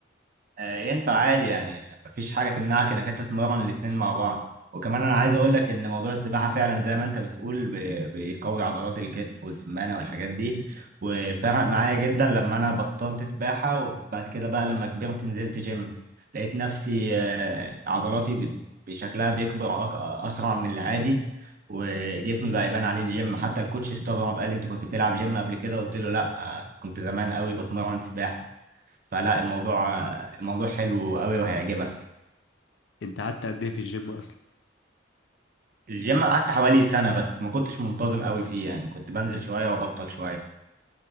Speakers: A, on the right; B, on the left.
A: آه، ينفع عادي يعني مفيش حاجة تمنعك إنك أنت تتمرن الاتنين مع بعض وكمان أنا عايز أقول لك إن موضوع السباحة فعلا زي ما أنت بتقول بي- بيقوي عضلات الكتف والسمانة والحاجات دي وفرق معايا جدا لما أنا بطلت سباحة وبعد كده بقى لما كبرت نزلت جيم لقيت نفسي آه، عضلاتي بت- بشكلها بيكبر أك- أسرع من العادي وجسمي بقى يبان عليه الجيم حتى الكوتش استغرب قال لي أنت كنت بتلعب جيم قبل كده قلت له لأ آه، كنت زمان قوي بتمرن سباحة فلا الموضوع الموضوع حلو قوي وهيعجبك
B: انت قعدت قد ايه في الجيم اصلا
A: الجيم قعدت حوالي سنة بس ما كنتش منتظم قوي فيه يعني كنت بنزل شوية وبطل شوية